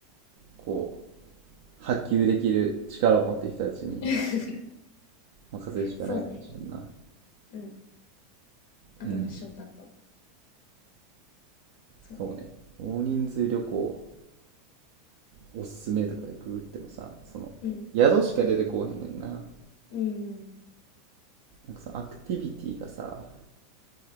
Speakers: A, on the right; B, on the left.
A: こう、波及できる力を持っている人たちに
B: <laughs>
A: 任せるしかないかもしれんな。
B: そうだね。うん。あとまあ翔太と。
A: うん。
B: そうね。
A: そうね。大人数旅行、おすすめとかでググってもさ、その、
B: うん。
A: 宿しか出てこうへんねんな。
B: うん
A: なんかそのアクティビティがさ、